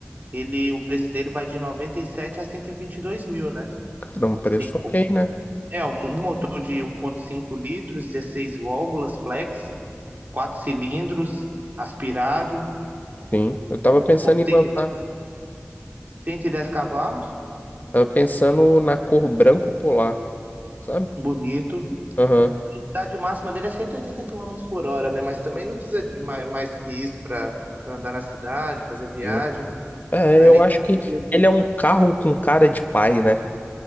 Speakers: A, on the right; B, on the left.
A: ele, o preço dele vai de 97 a 122 mil, né?
B: Dá um preço
A: Tem como.
B: ok, né?
A: É, um um motor de 1.5 litros, 16 válvulas flex, 4 cilindros, aspirado,
B: Sim, eu tava pensando
A: potente,
B: em lançar,
A: 110 cavalos,
B: tava pensando na cor branco polar, sabe?
A: bonito.
B: Aham.
A: A velocidade máxima dele é 180 quilômetros por hora, né? Mas também não precisa de mais, mais que isso para andar na cidade, fazer viagens.
B: Sim. É,
A: Não é
B: eu
A: nem
B: acho
A: permitido.
B: que ele é um carro com cara de pai, né?